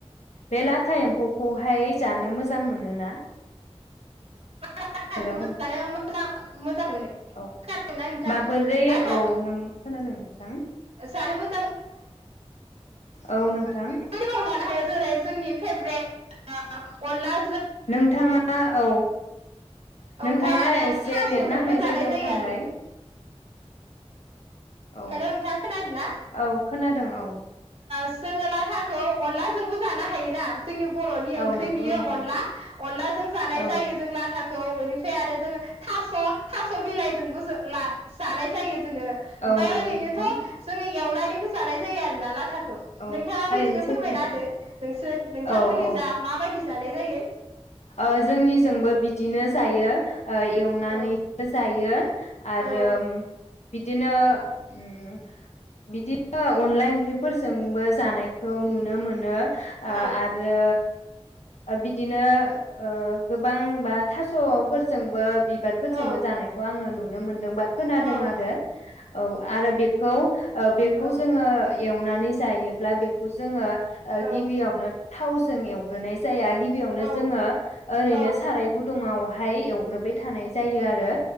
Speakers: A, on the left; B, on the right.
A: बे लाथा एम्फौखौहाय। जानो मोजां मोनोना?
B: <unintelligible>
A: हेलौ
B: मोजां
A: नों
B: मोन मोजां मोनो खोनादोंना
A: औ
B: नोंथां
A: माबोरै
B: लाथा
A: औ नों खोनादों नोंथां
B: जानो मो
A: औ नोंथां।
B: लाव जानो हायो जेरै जोंनि फेभरेट अनला
A: नोंथाङा औ
B: ओमफ्राय
A: नोंथाङा
B: आरो
A: एसे
B: थास'जोंबो
A: नेट नांनाय
B: जानाय
A: जायगायाव
B: जायो
A: थांलाय।
B: आरो
A: औ
B: हेल' नोंथां खोनादों ना?
A: औ खोनादों औ
B: जोङो लाथाखौ अनलाजोंबो जानो हायोना? जोंनि बर'नि ओंख्रि
A: औ नंगौ
B: बियो
A: नोंथां
B: अनला अनलाजों जानाय
A: औ
B: जायो जों लाथाख खौ बेनिफ्राय आरो जोङो थास थास' बिलाइजोंबो ला जानाय जायो। जोङो
A: औ
B: ओमफ्राय
A: नंगौ
B: ओरैनोथ'
A: नोंथां
B: जो एवनानैबो जानाय जायो आरोना लाथा
A: औ
B: नोंथाङाबो
A: थारैनो
B: एसे
A: सैथो
B: फोरमायना
A: नोंथां
B: होदो नोंसोर नोंथांमोननि
A: औ औ
B: जा माबायदि? जानाय जायो।
A: ओ जोंनिजोंबो बिदिनो जायो। एवनानैबो
B: औ
A: जायो आरो
B: औ
A: बिदिनो ओ बिदिनो अनला ओंख्रिफोरजोंबो जानायखौ नुनो मोनो। ओ
B: औ
A: आरो ओ बिदिनो ओ गोबांबा थास'फोरजोंबो बिबारफोरजोंबो
B: औ
A: जानायखौ आङो नुनो मोनदों बा खोनादों
B: औ
A: आरो औ आरो बेखौ ओ बेखौ
B: औ
A: जोङो एवनानै जायोब्ला बेखौ जोङो ओ
B: औ
A: गिबियावनो थाव जों एवग्रोनाय ज जाया गिबियावनो
B: औ
A: जोङो ओरैनो
B: औ
A: साराय गुदुङाव ओमफाय एवग्रोबाय थानाय जायो आरो